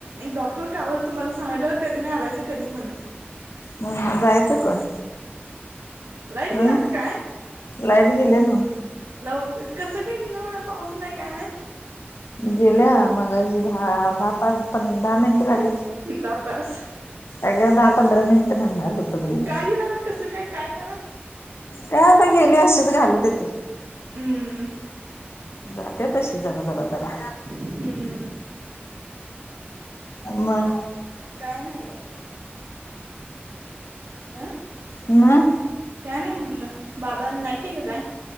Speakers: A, on the right; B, on the left.
A: डॉक्टर कावाल तुम्हाला सांगडलं कधी नाही आलायचं कधी म्हणस.
B: हम्म जायचं कोण.
A: लाईट गेल
B: अं
A: की काय.
B: लाईट गेले ना.
A: लव कसं काय गेलं म्हणा पाऊस नाही काय ना.
B: गेल्या मग दहा दहा पाच प दहा मिनिटं झाली.
A: दहा तास.
B: अगं दहा पंधरा मिनिट म्हणालो होतो मी.
A: काय घे ना ना कसं काय काय करत.
B: काय आता गेली अशीच घाल तिथं.
A: हम्म
B: जाते तशी जरा जरा जरा.
A: हम्म
B: मग,
A: काय नाही ब अं,
B: मं,
A: काय नाही म्हटलं, बाबा नाही के कि काय,